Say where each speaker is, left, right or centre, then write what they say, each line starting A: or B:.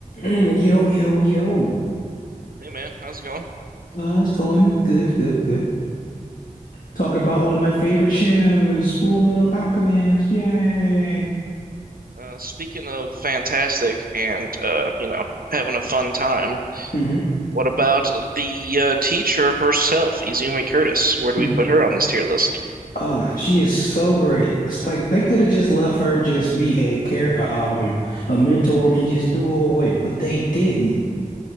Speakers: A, on the left; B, on the right.
A: Mm, Yo, yo, yo.
B: Hey man, how's it going?
A: Uh, it's going good, good, good. Talk about one of my favorite shows, Full Metal Alchemist. Yay.
B: Uh, speaking of fantastic and uh, you know, having a fun time,
A: hmm
B: what about the uh, teacher herself, Izumi Curtis? Where do
A: Mm.
B: we put her on this tier list?
A: Uh, she is so great. It's like they could have just left her just be a care, uh, um, a mentor and just threw her away, but they didn't.